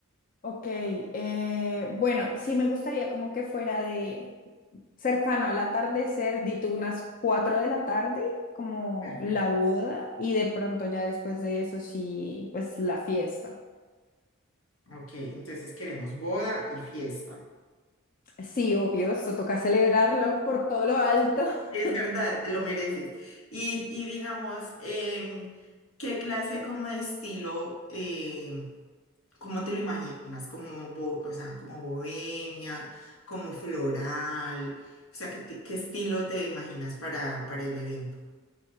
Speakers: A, on the left; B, on the left.
A: Ok, eh, bueno, sí me gustaría como que fuera de, cercano al atardecer, di tú unas 4 de la tarde, como
B: Perfecto.
A: la boda, y de pronto ya después de eso sí, pues la fiesta.
B: Ok, entonces queremos boda y fiesta.
A: Sí, obvio, esto toca celebrarlo por todo lo alto. <laughs>
B: Es verdad, te lo mereces. Y, y digamos, em, ¿qué clase como de estilo, em, cómo te lo imaginas? Como, bo- o sea, como bohemia, como floral, o sea, ¿qué, ti- qué estilo te imaginas para, para el evento?